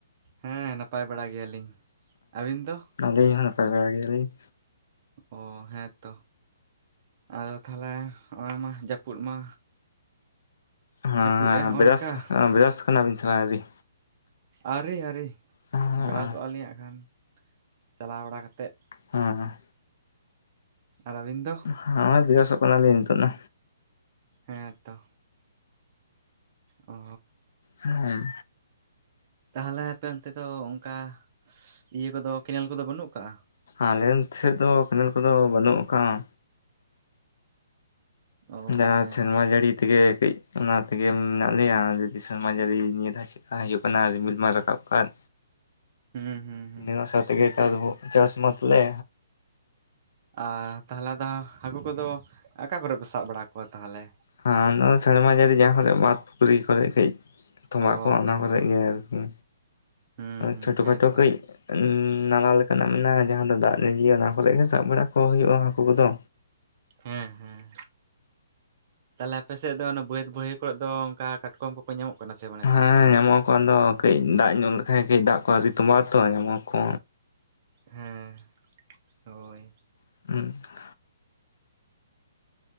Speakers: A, on the right; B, on the left.
A: ᱦᱮᱸ ᱱᱟᱯᱟᱭ ᱵᱟᱲᱟ ᱜᱮᱭᱟᱞᱤᱧ ᱟᱹᱵᱤᱱ ᱫᱚ
B: ᱟᱹᱞᱤᱧ ᱤᱧ ᱦᱚᱸ ᱱᱟᱯᱟᱭ ᱵᱟᱰᱟ ᱜᱮᱭᱟ ᱞᱤᱧ
A: ᱚ ᱦᱮᱸᱛᱚ ᱟᱫᱚ ᱛᱟᱦᱚᱞᱮ ᱚᱱᱟ ᱢᱟ ᱡᱟᱹᱯᱩᱫ ᱢᱟ
B: ᱦᱮᱸ
A: ᱡᱟᱹᱯᱩᱫ ᱮᱜᱼᱟ ᱱᱚᱜᱼᱚ
B: ᱵᱮᱨᱟᱥ
A: ᱱᱚᱝᱠᱟ
B: ᱵᱮᱨᱟᱥ ᱠᱟᱱᱟᱵᱤᱱ ᱥᱮᱵᱟ ᱟᱹᱵᱤᱱ
A: ᱟᱹᱣᱨᱤ ᱟᱹᱨᱤ
B: ᱦᱮᱸ
A: ᱵᱨᱥᱚᱜᱼᱟᱞᱤᱧ ᱦᱟᱸᱜ ᱠᱷᱟᱱ ᱪᱟᱞᱟᱣ ᱵᱟᱲᱟ ᱠᱟᱛᱮᱫ
B: ᱦᱮᱸ ᱦᱮᱸ
A: ᱟᱨ ᱟᱹᱵᱤᱱ ᱫᱚ
B: ᱦᱚᱜ-ᱚᱭ ᱵᱮᱨᱟᱥᱚᱜ ᱠᱟᱱᱟᱞᱤᱧ ᱱᱤᱛᱚᱜ ᱱᱟ
A: ᱦᱮᱸ ᱛᱚ ᱚ
B: ᱦᱮᱸ
A: ᱛᱟᱦᱞᱮ ᱟᱯᱮ ᱚᱱᱛᱮ ᱫᱚ ᱚᱝᱠᱟ ᱤᱭᱟᱹ ᱠᱚᱫᱚ ᱠᱮᱱᱮᱞ ᱠᱚᱫᱚ ᱵᱟᱹᱱᱩᱜ ᱟᱠᱟᱜ-ᱟ
B: ᱟᱞᱮ ᱥᱮᱫ ᱫᱚ ᱠᱮᱱᱮᱞ ᱠᱚᱫᱚ ᱵᱟᱹᱱᱩᱜ ᱟᱠᱟᱜ-ᱟ
A: ᱚ
B: ᱡᱟᱦᱟᱸ
A: ᱦᱮᱸᱛᱚ
B: ᱥᱮᱨᱢᱟ ᱡᱟᱹᱲᱤ ᱛᱮᱜᱮ ᱠᱟᱹᱡ ᱚᱱᱟ ᱛᱮᱜᱮ ᱢᱮᱱᱟᱜ ᱞᱮᱭᱟ ᱡᱩᱫᱤ ᱥᱮᱨᱢᱟ ᱡᱟᱹᱲᱤ ᱱᱤᱭᱟᱹ ᱫᱷᱟ ᱦᱤᱡᱩᱜ ᱠᱟᱱᱟ ᱨᱤᱢᱤᱞ ᱢᱟ ᱨᱟᱠᱟᱵ ᱠᱟᱫ
A: ᱦᱩᱸ ᱦᱩᱸ ᱦᱩᱸ
B: ᱱᱤᱨᱟᱥᱟ ᱛᱮᱜᱮ ᱪᱟᱥ ᱪᱟᱥ ᱢᱟᱛᱞᱮ
A: ᱟᱨ ᱛᱟᱦᱚᱞᱮ ᱫᱚ ᱦᱟᱹᱠᱩ ᱠᱚᱫᱚ ᱚᱠᱟ ᱠᱚᱨᱮ ᱯᱮ ᱥᱟᱵ ᱵᱟᱲᱟ ᱠᱚᱣᱟ ᱛᱟᱦᱚᱞᱮ
B: ᱦᱮᱸ ᱚᱱᱟ ᱥᱮᱨᱢᱟ ᱡᱟᱹᱲᱤ ᱡᱟᱦᱟᱸ ᱠᱚᱨᱮ ᱵᱟᱸᱫᱽ ᱯᱩᱠᱷᱨᱤ ᱠᱚᱨᱮ ᱠᱟᱹᱡ ᱛᱚᱵᱟᱜ
A: ᱚ
B: ᱠᱚ ᱚᱱᱟ
A: ᱡᱟᱦᱟᱸ
B: ᱠᱚᱨᱮ
A: ᱦᱳᱭ
B: ᱜᱮ ᱟᱨᱠᱤ
A: ᱦᱩᱸ ᱦᱩᱸ
B: ᱪᱷᱳᱴᱳ
A: ᱦᱮᱸᱛᱚ
B: ᱠᱷᱟᱴᱳ ᱠᱟᱹᱡ ᱱᱟᱞᱟ ᱞᱮᱠᱟᱱᱟᱜ ᱢᱮᱱᱟᱜᱼᱟ ᱡᱟᱦᱟᱸ ᱫᱚ ᱫᱟᱜ ᱞᱤᱱᱡᱤᱭᱟ ᱚᱱᱟ ᱠᱚᱨᱮ ᱜᱮ ᱥᱟᱵ ᱵᱟᱲᱟ ᱠᱚ ᱦᱩᱭᱩᱜᱼᱟ ᱦᱟᱹᱠᱩ ᱠᱚᱫᱚ
A: ᱦᱮᱸ ᱦᱮᱸ ᱛᱟᱦᱞᱮ ᱟᱯᱮᱥᱮᱫ ᱫᱚ ᱚᱱᱟ ᱵᱟᱹᱫ ᱵᱟᱹᱭᱦᱟᱹᱲ ᱠᱚᱨᱮ ᱫᱚ ᱚᱱᱠᱟ ᱠᱟᱴᱠᱚᱢ ᱠᱚᱠᱚ ᱧᱟᱢᱚᱜ ᱠᱟᱱᱟ ᱥᱮ ᱵᱟᱝ
B: ᱦᱮᱸ
A: ᱱᱮᱛᱟᱨ ᱫᱚ
B: ᱧᱟᱢᱚᱜ ᱟᱠᱚ ᱟᱫᱚ ᱠᱟᱹᱡ ᱫᱟᱜ ᱧᱚᱜ ᱞᱮᱠᱷᱟᱡ ᱜᱮ ᱫᱟᱜ ᱠᱚ ᱟᱹᱣᱨᱤ ᱛᱚᱢᱵᱟ ᱛᱚ ᱧᱟᱢᱚ ᱟᱠᱚ
A: ᱦᱮᱸ ᱦᱳᱭ
B: <unintelligible>